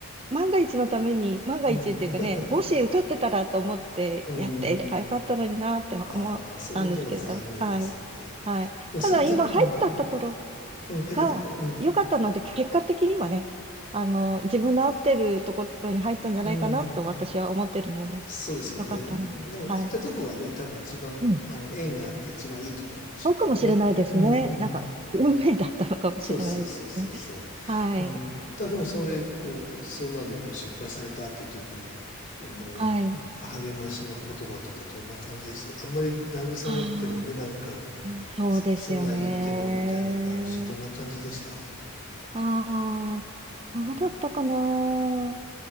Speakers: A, on the right; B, on the left.
A: 万が一のために、万が一っていうかね、
B: うん、
A: もし受かってたらと思ってやっていればよかったのになって思ったんですけど、
B: <laughs> うん、ああ、それでも残念ですよね。
A: はい。はい。
B: でもその時、
A: ただ今入ったところ、
B: うん、うん、入ったとこ、
A: が良かったので、
B: うん、
A: 結果的にはね、あの、自分の合ってるところに入ったんじゃないかなと私は思ってるので、
B: うん、そうですよね。
A: 良かったな。
B: でも行ったとこがね、
A: はい。
B: 多分一番、
A: うん。
B: あの、縁があって一番いいとこなんでしょうけどね。
A: そうかもしれないですね。
B: うん。
A: なんか、運命だったのかもしれないですね。
B: そうそうそうそうそう。
A: はい。
B: うん。ただでもそれ、こう、そんなんでこう失敗されたっていう時に、あの、
A: はい。
B: 励ましの言葉とかどんな感じですあんまり慰めてもね、
A: あ
B: なんか、
A: あ、そうですよね。
B: そそんなん言ってもみたいなのになるし、どんな感じでした
A: ああ、そうだったかな。